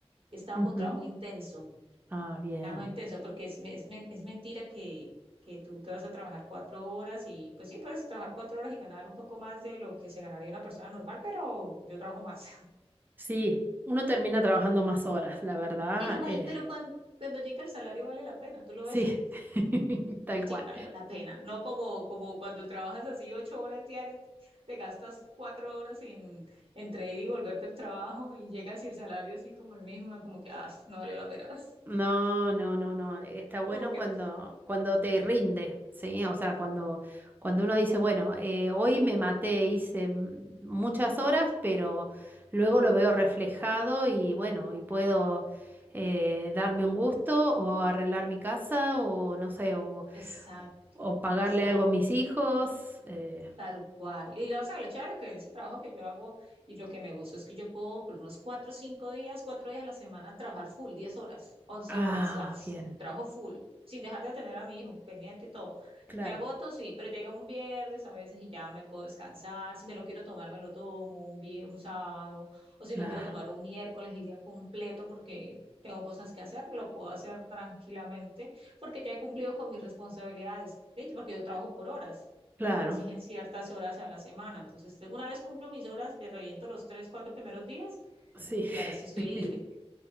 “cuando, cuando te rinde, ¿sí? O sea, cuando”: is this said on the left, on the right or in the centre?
Right